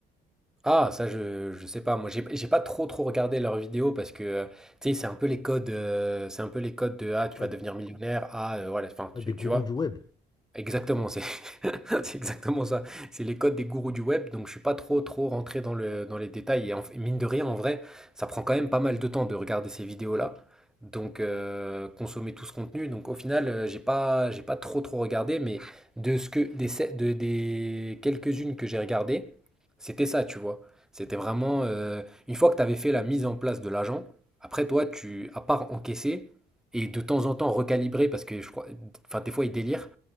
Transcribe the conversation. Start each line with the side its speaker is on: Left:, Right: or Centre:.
Centre: Ah, ça, je, je sais pas. Moi, j'ai j'ai pas trop trop regardé leurs vidéos parce que euh, tu sais, c'est un peu les codes, euh, c'est un peu les codes de ah, tu
Left: Ouais,
Centre: vas devenir millionnaire. Ah, euh, voilà. Enfin,
Left: ouais,
Centre: tu,
Left: des gourous
Centre: tu vois.
Left: du web.
Centre: Exactement, c'est <laughs> c'est exactement ça. C'est les codes des gourous du web, donc je suis pas trop trop rentré dans le, dans les détails. Et en- mine de rien, en vrai, ça prend quand même pas mal de temps de regarder ces vidéos-là. Donc euh, consommer tout ce contenu. Donc au final, euh, j'ai pas j'ai pas trop trop regardé, mais de ce que des se- de- des quelques-unes que j'ai regardées, c'était ça, tu vois. C'était vraiment euh, une fois que tu avais fait la mise en place de l'agent, après toi, tu à part encaisser et de temps en temps recalibrer parce que je crois, enfin des fois ils délirent.